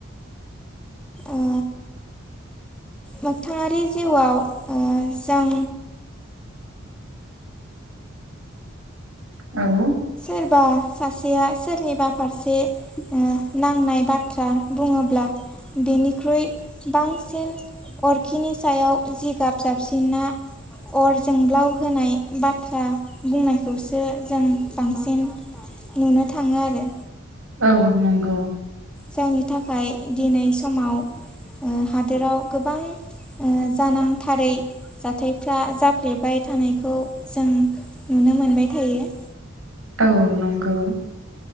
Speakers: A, in the centre; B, on the right.
A: ओ मोगथाङारि जिउआव ओ जों
B: औ
A: सोरबा सासेया सोरनिबा फारसे ओ नांनाय बाथ्रा बुङोब्ला बेनिख्रुइ बांसिन अरखिनि सायाव जिगाब जाबसिनना अर जोंब्लाव होनाय बाथ्रा बुंनायखौसो जों बांसिन नुनो थाङो आरो
B: औ नंगौ।
A: जायनि थाखाय दिनै समाव ओ हादोराव गोबां ओ जानांथारै जाथायफ्रा जाफ्लेबाय थानायखौ जों नुनो मोनबाय थायो।
B: औ नंगौ।